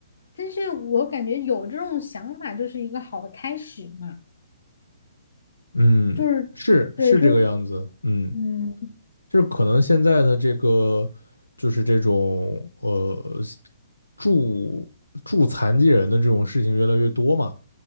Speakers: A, on the left (about 60°); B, on the left (about 85°).
A: 但是我感觉有这种想法就是一个好的开始嘛，
B: 嗯，
A: 就是
B: 是是这个样子。
A: 对，就
B: 嗯。
A: 嗯
B: 就是可能现在的这个，就是这种呃助助残疾人的这种事情越来越多嘛，